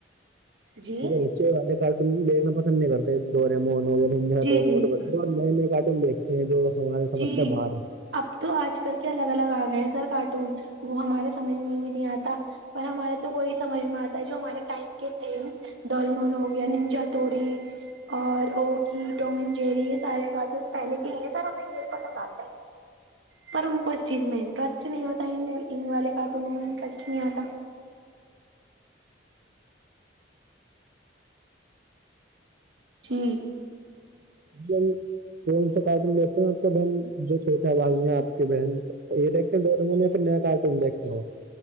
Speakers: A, on the right (about 80°); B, on the right (about 50°).
A: جی
B: بچے والے کارٹون دیکھنا پسند نہیں کرتے ڈورمون وو ب
A: جی جی جی
B: نئے نئے کارٹون دیکھتے ہیں جو ہماراری سمسیا
A: جی
B: باہر ہے
A: اب تو آج کل کے الگ الگ آ گئے ہیں سر کارٹون وہ ہمارے سمجھ میں بھی نہیں آتا پر ہمارا تو وہی سمجھ میں آتا ہے جو ہمارے ٹائم کے تھے ڈالمون ہو گیا ننچا توڑی اور اوگی ٹومن جیری یہ سارے کارٹون پہلے کے ہی یہ سارا ہمیں یہی پسند آتا پر ان کو اس چیز میں انٹرسٹ نہیں ہوتا ان والے کارٹونوں میں انٹرسٹ نہیں ہوتا جٹی
B: اب کون سا کارٹون دیتے ہیں آپ کا بہن جو چھوٹا بھائی ہیں آپ کی بہن یہ ڈ نمیا پھر نیا کارٹون دیکھتی ہ ہو